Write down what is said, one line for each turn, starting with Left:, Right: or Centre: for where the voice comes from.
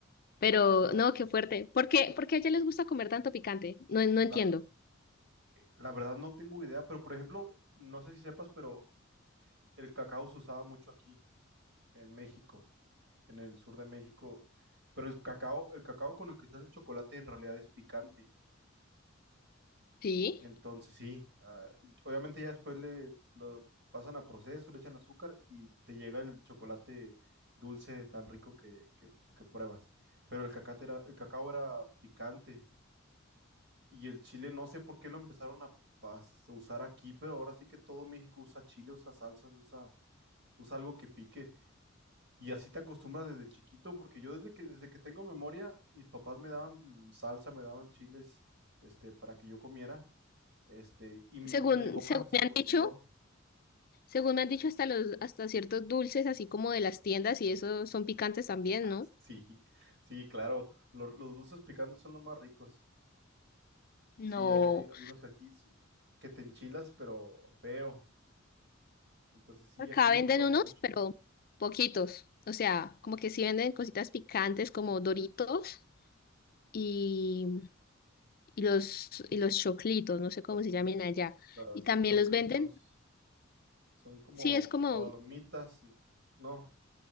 Left: Pero
Right: No,
Left: no, qué fuerte. ¿Por qué, por qué a ella les gusta comer tanto picante? No, no entiendo.
Right: la, la verdad no tengo idea, pero por ejemplo, no sé si sepas, pero el cacao se usaba mucho aquí, en México, en el sur de México. Pero el cacao, el cacao con el que se hace el chocolate en realidad es picante.
Left: Sí.
Right: Entonces, sí, ah, obviamente ya después le lo pasan a proceso, le echan azúcar y te llega el chocolate dulce tan rico que, que- que pruebas. Pero el cacate era- el cacao era picante y el chile no sé por qué lo empezaron a, pas- a usar aquí, pero ahora sí que todo México usa chile, usa salsas, usa, usa algo que pique. Y así te acostumbras desde chiquito, porque yo desde que, desde que tengo memoria, mis papás me daban mm, salsa, me daban chiles, este, para que yo comiera, este, y mi
Left: Según,
Right: boca
Left: según
Right: se
Left: me
Right: acostumbró.
Left: han dicho,
Right: <laughs>
Left: según me han dicho hasta los, hasta ciertos dulces, así como de las tiendas, y eso son picantes también,
Right: Ah,
Left: ¿no?
Right: sí, sí, claro, los, los dulces picantes son los más ricos.
Left: No,
Right: Sí, hay, hay, hay unos que aquí s- que te enchilas, pero feo. Entonces sí,
Left: acá
Right: aquí disfrutamos
Left: venden unos,
Right: mucho.
Left: pero poquitos. O sea, como que sí venden cositas picantes como Doritos y, y los, y los choclitos, no sé cómo se llaman allá.
Right: Las
Left: Y también
Right: choclitos
Left: los venden.
Right: son como
Left: Sí, es como,
Right: palomitas, no,